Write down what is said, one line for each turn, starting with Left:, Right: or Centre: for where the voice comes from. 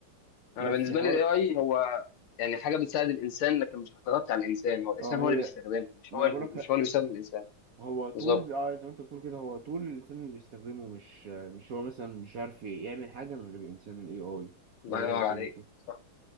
Left: أنا
Right: بس
Left: بالنسبة
Right: حوار
Left: لي ال AI هو يعني حاجة بتساعد الإنسان لكن مش هتغطي على الإنسان هو الإنسان
Right: اه
Left: هو
Right: هي
Left: اللي بيستخدمها مش
Right: ما
Left: هو
Right: انا
Left: اللي
Right: بقولك
Left: مش هو اللي بيستخدم الإنسان
Right: هو طول
Left: بالظبط
Right: اه زي ما انت بتقول كده هو طول الانسان اللي بيستخدمه مش مش هو مثلا مش عارف يعمل حاجه من غير الانسان الاي اي
Left: الله
Right: ده اللي
Left: ينور
Right: انا بتكلم
Left: عليك
Right: فيه
Left: صح